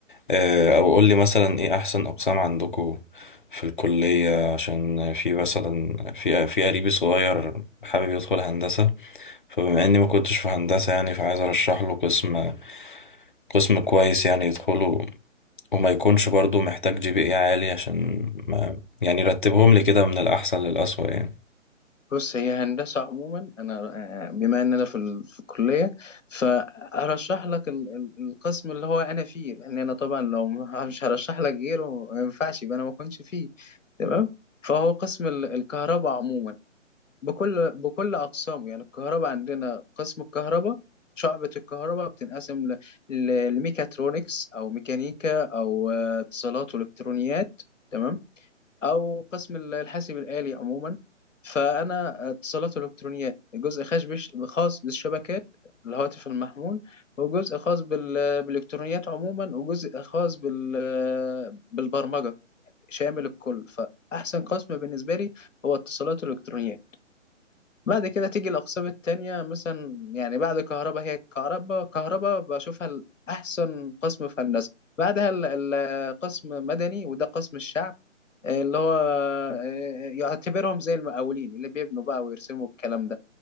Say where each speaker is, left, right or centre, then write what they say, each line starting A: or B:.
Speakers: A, on the left; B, on the left.
A: آه، او قول لي مثلا ايه احسن اقسام عندكم في الكلية عشان في مثلا في في قريبي صغير حابب يدخل هندسة فبما اني ما كنتش في هندسة يعني فعايز ارشح له قسم قسم كويس يعني يدخله وما يكونش برضو محتاج جي بي اي عالي عشان ما يعني رتبهم لي كده من الأحسن للأسوأ يعني
B: بص هي هندسة عموما أنا آه، بما إن أنا في, ال... في الكلية فأرشح لك ال... ال- القسم اللي هو أنا فيه لأن أنا طبعا لو م- مش هرشح لك غيره ما ينفعش يبقى أنا ما كنتش فيه تمام فهو قسم ال- الكهرباء عموما بكل بكل أقسامه يعني الكهرباء عندنا قسم الكهرباء شعبة الكهرباء بتنقسم ل... للميكاترونكس أو ميكانيكا أو آه، اتصالات وإلكترونيات تمام او قسم ال- الحاسب الالي عموما فانا اتصالات الكترونيات جزء خاص بش... خاص بالشبكات الهواتف المحمول وجزء خاص بال... بالالكترونيات عموما وجزء خاص بال... بالبرمجه شامل الكل فاحسن قسم بالنسبه لي هو اتصالات الالكترونيات بعد كده تيجي الاقسام التانية مثلا يعني بعد كهرباء هي كهرباء كهرباء بشوفها احسن قسم في هندسه بعدها ال- ال- قسم مدني وده قسم الشعب اللي هو آه، يعتبرهم زي المقاولين اللي بيبنوا بقى ويرسموا الكلام ده